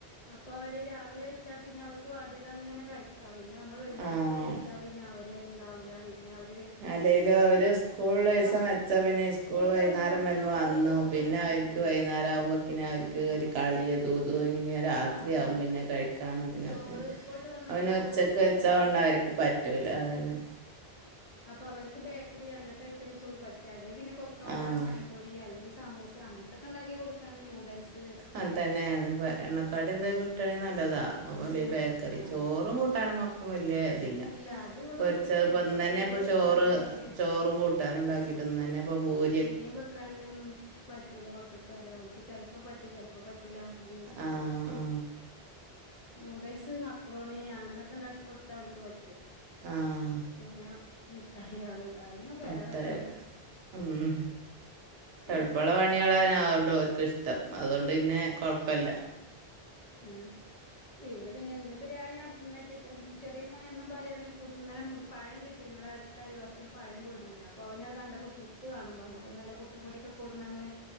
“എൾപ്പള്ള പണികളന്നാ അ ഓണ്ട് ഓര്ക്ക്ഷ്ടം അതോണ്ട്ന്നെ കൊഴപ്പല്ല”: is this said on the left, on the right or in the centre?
Right